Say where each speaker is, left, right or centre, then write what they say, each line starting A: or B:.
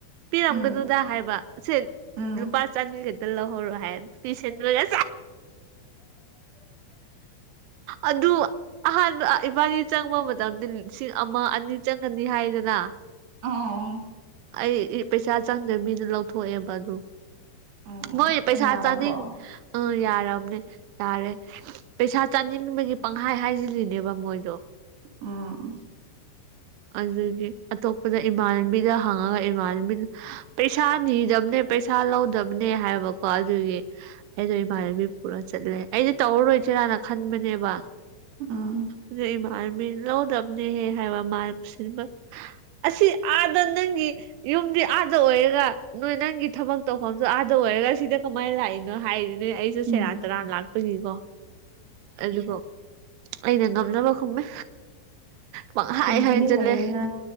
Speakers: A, on the right; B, on the right.
A: ꯄꯤꯔꯝꯒꯅꯨꯗ
B: ꯎꯝ
A: ꯍꯥꯏꯕ ꯁꯦ
B: ꯎꯝ
A: ꯂꯨꯄꯥ ꯆꯅꯤꯒ ꯂꯧꯍꯧꯔꯣ ꯍꯥꯏ ꯄꯤꯁꯟꯗ꯭ꯔꯥꯒ ꯑꯗꯨ ꯑꯍꯥꯟꯕ ꯑꯥ ꯏꯕꯥꯅꯤ ꯆꯪꯕ ꯃꯇꯝꯗ ꯂꯤꯁꯤꯡ ꯑꯃ ꯑꯅꯤ ꯆꯪꯒꯅꯤ ꯍꯥꯏꯗꯅ
B: ꯎꯝ
A: ꯑꯩ ꯄꯩꯁꯥ ꯆꯪꯗꯕꯤꯗ ꯂꯧꯊꯣꯛꯑꯦꯕ ꯑꯗꯨ
B: ꯑꯣ
A: ꯃꯣꯏ
B: ꯑꯣ
A: ꯄꯩꯁꯥ
B: ꯌꯥꯔꯕꯣ
A: ꯆꯥꯅꯤꯡ ꯑꯥ ꯌꯥꯔꯝꯅꯦ ꯌꯥꯔꯦ ꯄꯩꯁꯥ ꯆꯥꯅꯤꯡꯕꯒꯤ ꯄꯪꯍꯥꯏ ꯍꯥꯏꯖꯤꯜꯂꯤꯅꯦꯕ ꯃꯣꯏꯗꯣ
B: ꯎꯝ
A: ꯑꯗꯨꯒꯤ ꯑꯇꯣꯞꯄꯗ ꯏꯃꯥꯟꯅꯕꯤꯗ ꯍꯥꯡꯉꯒ ꯏꯃꯥꯟꯅꯕꯤ ꯄꯩꯁꯥ ꯅꯤꯗꯕꯅꯦ ꯄꯩꯁꯥ ꯂꯧꯗꯕꯅꯦ ꯍꯥꯏꯕꯀꯣ ꯑꯗꯨꯒꯤ ꯑꯩꯗꯣ ꯏꯃꯥꯟꯅꯕꯤ ꯄꯨꯔꯒ ꯆꯠꯂꯦ ꯑꯩꯗꯤ ꯇꯧꯔꯔꯣꯏꯁꯤꯔꯥꯅ ꯈꯟꯕꯅꯦꯕ
B: ꯎꯝ
A: ꯑꯗꯨ ꯏꯃꯥꯟꯅꯕꯤ ꯂꯧꯗꯕꯅꯦꯍꯦ ꯍꯥꯏꯕ ꯃꯥ ꯁꯤꯟꯕ ꯑꯁꯤ ꯑꯥꯗ ꯅꯪꯒꯤ ꯌꯨꯝꯗꯤ ꯑꯥꯗ ꯑꯣꯏꯔꯒ ꯅꯣꯏ ꯅꯪꯒꯤ ꯊꯕꯛ ꯇꯧꯐꯝꯖꯨ ꯑꯥꯗ ꯑꯣꯏꯔꯒ ꯁꯤꯗ ꯀꯃꯥꯏꯅ ꯂꯥꯛꯏꯅꯣ ꯍꯥꯏꯔꯤ ꯑꯗꯩ ꯑꯩꯖꯨ
B: ꯎꯝ
A: ꯁꯦꯔꯥꯟ ꯇꯨꯔꯥꯟ ꯂꯥꯛꯄꯒꯤꯀꯣ ꯑꯗꯨꯒꯣ ꯑꯩꯅ ꯉꯝꯅꯕ ꯈꯨꯝꯃꯦ ꯄꯪꯍꯥꯏ
B: ꯈꯨꯝꯕꯗꯤ
A: ꯍꯥꯏꯖꯤꯜꯂꯦ
B: ꯍꯩꯔꯦ ꯍꯥ